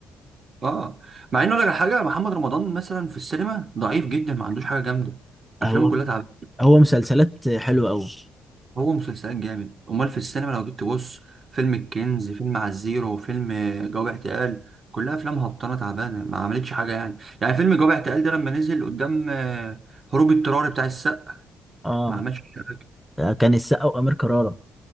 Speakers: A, on the right (about 40°); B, in the centre.
A: اه مع انه لك حاجه محمد رمضان مثلا في السينما ضعيف جدا ما عندوش حاجه جامده
B: هو
A: افلامه كلها تعبانه
B: هو مسلسلات حلوة قوي
A: هو مسلسلات جامد امال في السينما لو جيت تبص فيلم الكنز فيلم على الزيرو فيلم جواب اعتقال كلها افلام هبطانه تعبانه ما عملتش حاجه يعني يعني فيلم جواب اعتقال ده لما نزل قدام آه، هروب اضطراري بتاع السقا
B: اه
A: ما عملش حاجه
B: كان السقا وامير كرارة